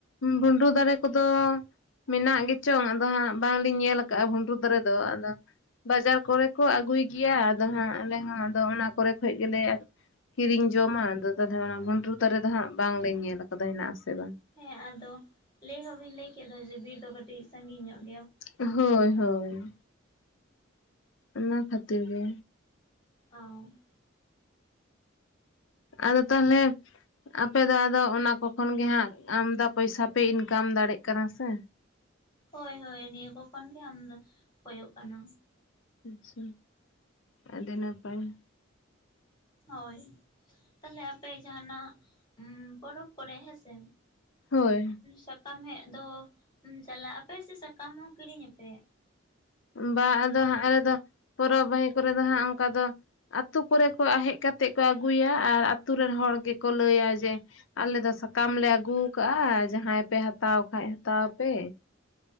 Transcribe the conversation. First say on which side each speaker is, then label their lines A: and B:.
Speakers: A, on the left; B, on the left.
A: ᱵᱷᱩᱸᱰᱩ ᱫᱟᱨᱮ ᱠᱚᱫᱚ ᱢᱮᱱᱟᱜ ᱜᱮᱪᱚᱝ ᱟᱫᱚ ᱦᱟᱸᱜ ᱵᱟᱝᱞᱤᱧ ᱧᱮᱞ ᱟᱠᱟᱫᱼᱟ ᱵᱷᱩᱸᱰᱩ ᱫᱟᱨᱮ ᱫᱚ ᱟᱫᱚ ᱵᱟᱡᱟᱨ ᱠᱚᱨᱮ ᱠᱚ ᱟᱹᱜᱩᱭ ᱜᱮᱭᱟ ᱟᱫᱚ ᱦᱟᱸᱜ ᱟᱞᱮ ᱦᱚᱸ ᱟᱫᱚ ᱚᱱᱟ ᱠᱚᱨᱮ ᱠᱷᱚᱡ ᱜᱮᱞᱮ ᱠᱤᱨᱤᱧ ᱡᱚᱢᱟ ᱟᱫᱚ ᱛᱟᱦᱚᱞᱮ ᱚᱱᱟ ᱵᱷᱸᱰᱨᱩ ᱫᱟᱨᱮ ᱫᱚ ᱦᱟᱸᱜ ᱵᱟᱝᱞᱮ ᱧᱮᱞ ᱟᱠᱟᱫᱟ ᱦᱮᱱᱟᱜ ᱟᱥᱮ ᱵᱟᱝ
B: ᱦᱮᱸ ᱟᱫᱚ ᱞᱟᱹᱭ ᱦᱚᱸ ᱵᱤᱱ ᱞᱟᱹᱭ ᱠᱮᱫᱟ ᱡᱮ ᱵᱤᱨ ᱫᱚ ᱠᱟᱹᱴᱤᱡ ᱥᱟᱹᱜᱤᱧ ᱧᱚᱜ ᱾
A: ᱦᱳᱭ ᱦᱳᱭ ᱚᱱᱟ ᱠᱷᱟᱹᱛᱤᱨ ᱜᱮ
B: ᱚᱸ
A: ᱟᱫᱚ ᱛᱟᱦᱚᱞᱮ ᱟᱯᱮ ᱫᱚ ᱟᱫᱚ ᱚᱱᱟ ᱠᱚ ᱠᱷᱚᱱ ᱜᱮ ᱦᱟᱸᱜ ᱟᱢᱫᱟ ᱯᱚᱭᱥᱟ ᱯᱮ ᱤᱱᱠᱟᱢ ᱫᱟᱲᱮᱜ ᱠᱟᱱᱟ ᱥᱮ
B: ᱦᱳᱭ ᱦᱳᱭ ᱱᱤᱭᱟᱹ ᱠᱚ ᱠᱷᱚᱱ ᱜᱮ ᱟᱢᱫᱚ ᱠᱚᱭᱳᱜ ᱠᱟᱱᱟ
A: ᱟᱪᱪᱷᱟ ᱟᱹᱰᱤ ᱱᱟᱯᱟᱭ ᱾
B: ᱦᱳᱭ ᱛᱟᱦᱚᱞᱮ ᱟᱯᱮ ᱡᱟᱦᱟᱸᱱᱟᱜ ᱯᱚᱨᱚᱵᱽ ᱠᱚᱨᱮ ᱦᱮᱸᱥᱮ
A: ᱦᱳᱭ
B: ᱥᱟᱠᱟᱢ ᱦᱮᱡ ᱫᱚ ᱪᱟᱞᱟᱜ ᱟᱯᱮ ᱥᱮ ᱥᱟᱠᱟᱢ ᱦᱚᱸ ᱠᱤᱨᱤᱧᱟᱯᱮ?
A: ᱵᱟ ᱟᱫᱚ ᱦᱟᱸᱜ ᱟᱞᱮᱫᱚ ᱯᱚᱨᱚᱵᱽ ᱵᱟᱦᱤ ᱠᱚᱨᱮ ᱫᱚ ᱦᱟᱸᱜ ᱚᱝᱠᱟ ᱫᱚ ᱟᱛᱳ ᱠᱚᱨᱮ ᱠᱚ ᱦᱮᱡ ᱠᱟᱛᱮᱫ ᱠᱚ ᱟᱹᱜᱩᱭᱟ ᱟᱨ ᱟᱹᱛᱩ ᱨᱮᱱ ᱦᱚᱲ ᱜᱮᱠᱚ ᱞᱟᱹᱭᱟ ᱡᱮ ᱟᱞᱮ ᱫᱚ ᱥᱟᱠᱟᱢ ᱞᱮ ᱟᱹᱜᱩ ᱠᱟᱜᱼᱟ ᱡᱟᱦᱟᱸᱭ ᱯᱮ ᱦᱟᱛᱟᱣ ᱠᱷᱟᱡ ᱦᱟᱛᱟᱣ ᱯᱮ